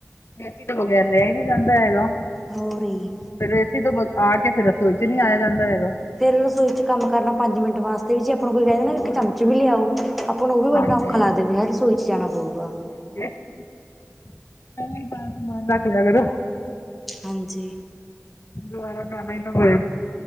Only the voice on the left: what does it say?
ਏ ਸੀ ਤੋਂ ਬਗੈਰ ਰਿਹਾ ਹੀ ਨੀ ਜਾਂਦਾ ਹੈਗਾ।
ਫਿਰ ਏ ਸੀ ਤੋਂ ਆ ਕੇ ਫਿਰ ਰਸੋਈ ਚ ਨੀ ਆਇਆ ਜਾਂਦਾ ਹੈਗਾ।
ਹੋਰ
ਹਾਂਜੀ
ਹਾਂਜੀ
ਪਹਿਲੇ ਜਾਂ ਤੇ ਮਨ ਰੱਖ ਲਿਆ ਕਰੋ।
ਦੁਬਾਰਾ ਕੰਮ ਹੀ ਨਾ ਹੋਏ।